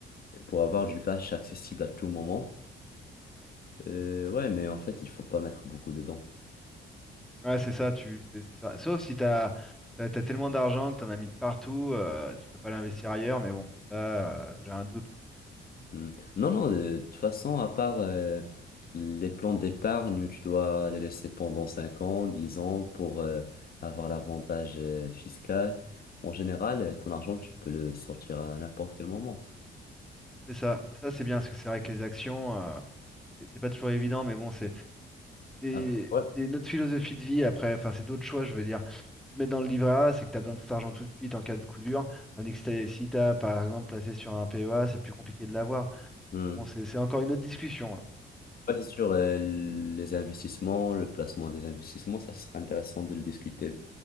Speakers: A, on the left (about 50°); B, in the centre.
A: pour avoir du cash accessible à tout moment. Euh, ouais, mais en fait, il faut pas mettre beaucoup dedans.
B: Ouais, c'est ça, tu c'est c'est ça. Sauf si t'as t'as, t'as tellement d'argent que t'en as mis de partout, euh, tu peux pas l'investir ailleurs, mais bon, ça euh, j'ai un doute.
A: Hmm. Non, non, de toute façon, à part euh, les plans d'épargne où tu dois les laisser pendant 5 ans, 10 ans pour euh, avoir l'avantage euh, fiscal, en général, euh, ton argent, tu peux le sortir à n'importe quel moment.
B: C'est ça, ça c'est bien, parce que c'est vrai que les actions, euh, c'est c'est pas toujours évident, mais bon, c'est c'est-
A: Après, ouais.
B: c'est notre philosophie de vie après, enfin c'est d'autres choix, je veux dire. Si tu mets dans le livret A, c'est que tu as besoin de cet argent tout de suite en cas de coup dur, tandis que t'es- si t'as par exemple placé sur un PEA, c'est plus compliqué de l'avoir.
A: Hmm.
B: Donc bon, c'est c'est encore une autre discussion là.
A: Ouais, c'est sûr, euh, les investissements, le placement des investissements, ça sera intéressant de le discuter